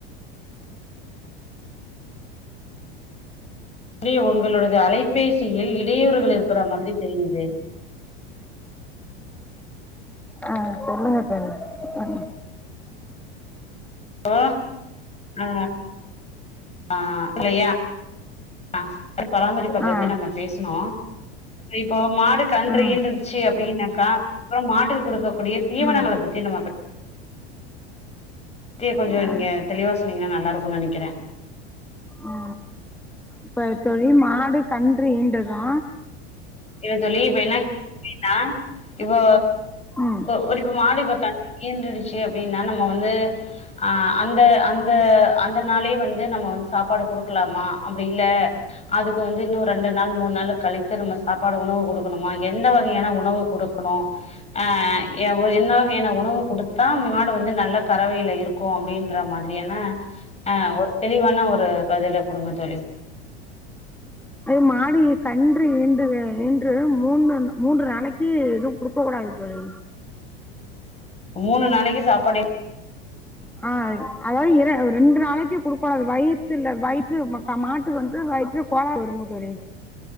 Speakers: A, on the left (about 20°); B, in the centre.
A: ரி ஒங்களுடது அலைபேசியில் இடையூறுகள் இருக்கிற மாதுரி தெரியிது
B: அ சொல்லுங்க தோழி
A: ஓ அ அ இல்லயா அர் பராமரிப்ப பத்தி
B: ஆ
A: நம்ம பேசுனோ இப்போ மாடு கன்று
B: ஆ
A: ஈன்ருதுச்சு அப்டின்னாக்கா அதுக்கப்பறோ மாட்டுக்கு குடுக்கக்கூடிய தீவனங்கள
B: ஆ
A: பத்தி நம்ம தி கொஞ்சோ
B: ஆ
A: நீங்க தெளிவா சொன்னீங்கன்னா நல்லா இருக்குனு நெனக்கிற
B: ஆ இப்ப தோழி மாடு கன்று ஈன்றதா
A: இல்ல தோழி இப்ப என்ன <inaudible> னா இப்போ
B: ம்
A: ஒரு இப்ப மாடு இப்ப கன்று ஈன்றுச்சு அப்டின்னா நம்ம வந்து ஆ அந்த அந்த அந்த நாளே வந்து நம்ம வந்து சாப்பாடு குடுக்கலாமா அப்டி இல்ல அதுக்கு வந்து இன்னு ரெண்டு நாள் மூணு நாள் கழித்து நம்ம சாப்பாடு உணவு குடுக்கணுமா எந்த வகையான உணவு குடுக்கணு அ ஏ ஒ என்ன வகையான உணவு குடுத்தடுத்தா மாடு வந்து நல்ல கறவயில இருக்கு அப்டின்ற மாரியான அ ஒரு தெளிவான ஒரு பதில குடுங்க தோழி
B: அது மாடு இ கன்று ஈன்ற ஈன்று மூன்னு மூன்று நாளக்கி எதுவு குடுக்க கூடாது தோழி
A: மூணு நாளக்கி சாப்பாடு எப்
B: அ அதாது இர ரெண்டு நாளக்கி குடுக் கூடாது வயிற்ல வயிற்று மா மாட்டு வந்து வயிற்று கோலாறு வருமா தோழி